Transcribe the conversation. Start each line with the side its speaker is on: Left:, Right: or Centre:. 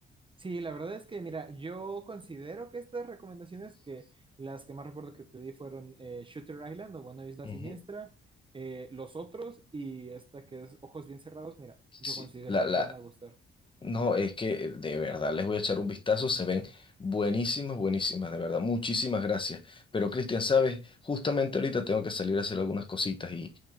Right: Sí, la verdad es que, mira, yo considero que estas recomendaciones, que las que más recuerdo que te di fueron eh, Shooter Island o bueno, Isla
Left: Ujú.
Right: Siniestra, eh, Los Otros y esta que es Ojos Bien Cerrados, mira,
Left: Sí,
Right: yo considero
Left: la,
Right: que
Left: la,
Right: te van a gustar.
Left: no, es que de verdad les voy a echar un vistazo, se ven buenísimas, buenísimas, de verdad, muchísimas gracias. Pero Cristian, sabes, justamente ahorita tengo que salir a hacer algunas cositas y,